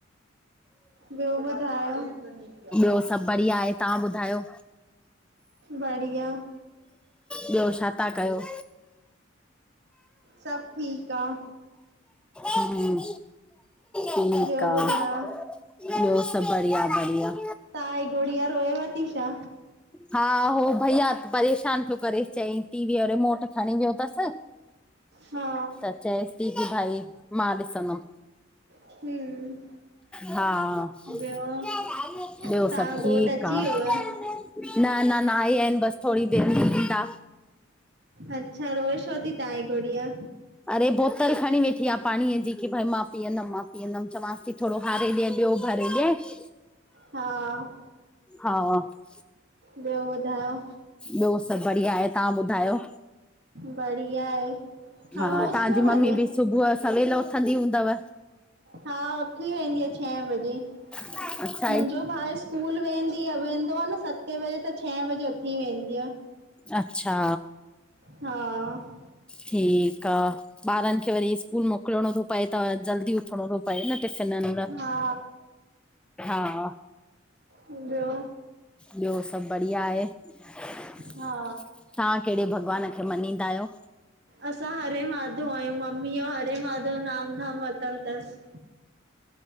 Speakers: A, on the right; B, in the centre.
A: ॿियो ॿुधायो
B: उ सबु बढिया आहे। तव्हां ॿुधायो?
A: बढ़िया
B: ॿियो छा था कयो?
A: सब ठीकु आहे।
B: हम्म ठीकु
A: ॿियो
B: आ,
A: ॿुधायो?
B: ॿियो सभु बढिया बढिया
A: तव्हांजी गुड़िया रोएव थी छा?
B: हा हो भइया परेशान -- करे चई टीवी जो रिमोट खणी वियो अथस
A: हा
B: त चयई -- टीवी जी भाई मां ॾिसदुम।
A: हम्म।
B: हा।
A: ॿियो
B: ॿियो
A: तव्हांजो
B: सभु ठीकु
A: घोट अची
B: आ।
A: वियव?
B: न न अन्या न आइया आहिन बस थोरी देरि में इदा।
A: अच्छा रोए छो थी तव्हां जी गुड़िया?
B: अड़े बोतल खणी वेठी आहे पाणीअ जी की भई मां पीअंदम मां पीअंदम चवस -- थोरो हारे ॾेया ॿियो भरे ॾेया --
A: हा --
B: हा --
A: ॿियो ॿुधायो।
B: ॿियो सभु बढ़िया आहे तव्हां ॿुधायो।
A: बढिया आहे खणोस
B: हा तव्हांजी
A: न भले।
B: मम्मी बि सुबुह सवेल उथंदी हूंदव।
A: हा उथी वेंदी आहे छहे बजे।
B: अ <inaudible>
A: मुंहिंजो भाउ स्कूल वेंदी आहे वेंदो आहे न सतें बजे त छह बजे उथी वेंदी आ।
B: अच्छा।
A: हा --
B: ठीक आ। ॿारन खे वरी स्कूल मोकिलणो थो पए त जल्दी उथणो थो प -- परे न इनखे छॾण लाइ
A: हा
B: हा --
A: ॿियो।
B: ॿियो सभु बढ़िया आहे तव्हां।
A: हा
B: कहिड़े भॻवान खे मञीदा आहियो।
A: असां हरे माधव आहियूं मम्मी जो हरे माधव नाम धाम वरत् -- वर्तल अथस